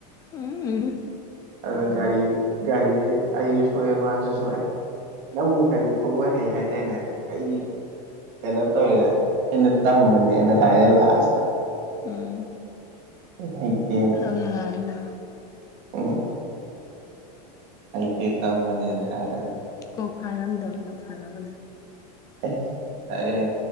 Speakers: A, on the left (about 15°); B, on the right (about 45°).
A: ꯎꯝ
B: ꯑꯗ ꯒꯥꯔꯤ ꯒꯥꯔꯤꯖꯦ ꯑꯩꯖꯨ ꯁꯣꯛꯑꯦ ꯃꯥꯖꯨ ꯁꯣꯛꯑꯦ ꯅꯪꯕꯨ ꯒꯔꯤ ꯊꯧꯕ ꯍꯩ ꯍꯥꯏꯗꯥꯏꯅꯦ ꯀꯩꯒꯤ ꯀꯩꯅꯣ ꯇꯧꯋꯤꯔ ꯑꯩꯅ ꯇꯝꯕꯅꯦꯅ ꯍꯥꯏꯌꯦ ꯂꯥꯁꯇ
A: ꯎꯝ
B: <unintelligible> ꯍꯩꯇꯦ
A: ꯌꯥꯝ ꯅꯨꯡꯉꯥꯏꯅ
B: ꯎꯝ ꯍꯩꯇꯦ ꯇꯝꯕꯅꯦꯅ <unintelligible>
A: ꯀꯣꯛ ꯀꯥꯏꯔꯝꯗꯕꯗꯣ ꯐꯔꯕꯅꯦ
B: <unintelligible> ꯑꯔꯦ